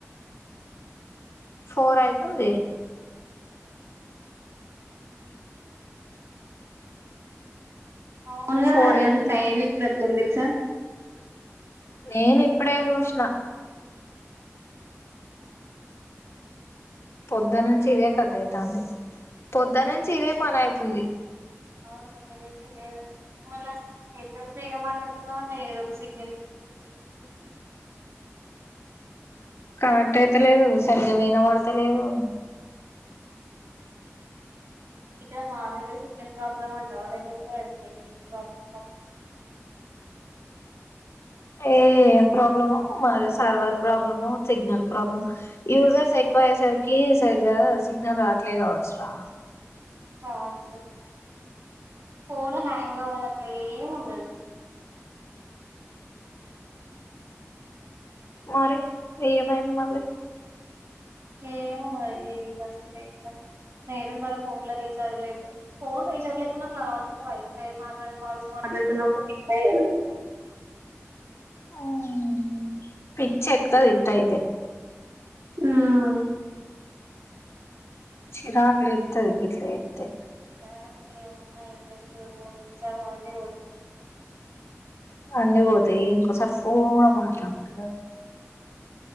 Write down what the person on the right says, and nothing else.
అవున్ గదా
నే
అసలు టైమే ఇప్పుడెట్లుంది దేలుసా
హలో
ఆ
అవును పోద్దన్నించి ఇదేగదా ఒవేల్లా ఎప్పుడు ఫ్రిగా మాట్లాడుకుందాం అన్న ఎదొక సిగ్
ఇడ మా దగ్గర సిగ్నల్ ప్రాబ్లం అంటవ లేకపోతే ప్రాబ్లెమ్ కావచ్చు.
కావచ్చు ఫోను హాంగ్ అవ్వదు. ఆట్లే ఏం ఉండదు.
ఏమో మరి ఇడ సక్కగా <unintelligible> మేబి వాల ఫోన్ ల రీచార్జ్ లేదు ఫోన్ రీచార్జ్ లేకున్నా కావాల్సిన వైఫై మాట్లాడుకోవాల్సిన మాట్లాడుకున్న ఒకటి పై గదా
హ్
ఆ సక్కగా ఉన్నా ఇంట్రెస్ట్ మూడు ఉచ్చహం అన్ని పోతయ్